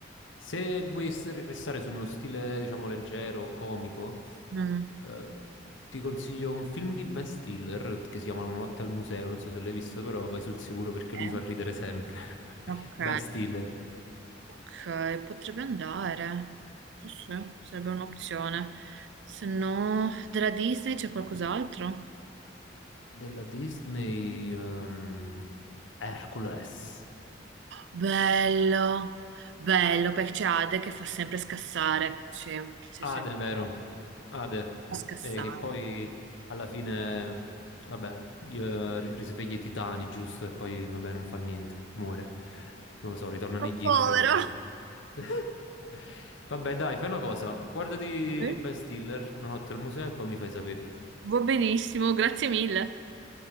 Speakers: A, on the left; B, on the right.
A: se vuoi s- restare su uno stile, diciamo, leggero, comico,
B: Mm.
A: eh, ti consiglio un film di Ben Stiller che si chiama Una notte al museo, non so se l'hai visto, però vai sul sicuro perché
B: Eh?
A: lui fa ridere sempre. <laughs>
B: Ok,
A: Ben Stiller.
B: ok, potrebbe andare, sì, sì, sarebbe un'opzione. Se no, della Disney c'è qualcos'altro?
A: Della Disney, ehm, Hercules.
B: Bello, bello, perché c'è Ade che fa sempre scassare. Sì, sì,
A: Ade,
B: sì,
A: vero? Ade,
B: fa scassare.
A: eh, che poi alla fine, vabbè, io ri- risveglia i titani, giusto? E poi, vabbè, non fa niente, muore. Non lo so, ritorna
B: Oh,
A: negli
B: povero.
A: inferi. <laughs> Vabbè, dai, fai una cosa. Guardati
B: Eh?
A: Ben Stiller una notte al museo e poi mi fai sapere.
B: Va benissimo, grazie mille.